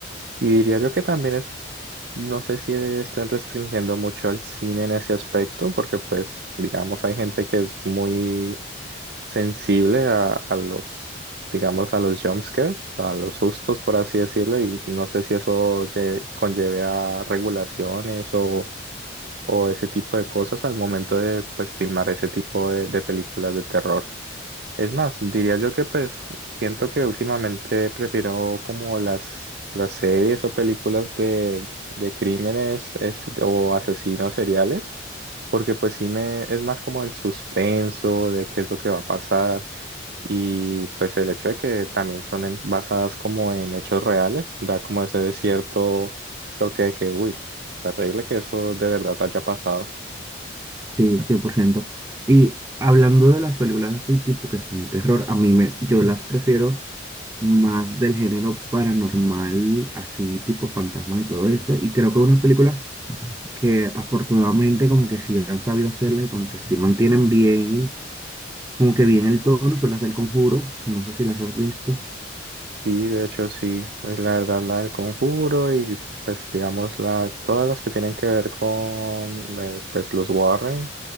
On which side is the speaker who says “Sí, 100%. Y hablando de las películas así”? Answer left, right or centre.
Right